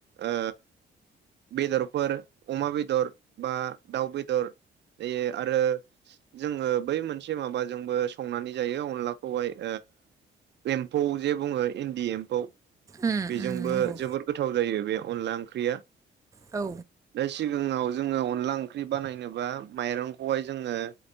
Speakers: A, on the right; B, on the right.
A: ओ बेदरफोर अमा बेदर बा दाउ बेदर बे आरो जोङो बै मोनसे माबाजोंबो संनानै जायो अनलाखौहाय ओ एम्फौ जे बुङो इन्दि एम्फौ
B: उम
A: बेजोंबो
B: उम नंगौ
A: जोबोद गोथाव जायो बे अनला ओंख्रिया
B: औ
A: दा सिगाङाव जोङो अनला ओंख्रि बानायनोबा माइरंखौहाय जोङो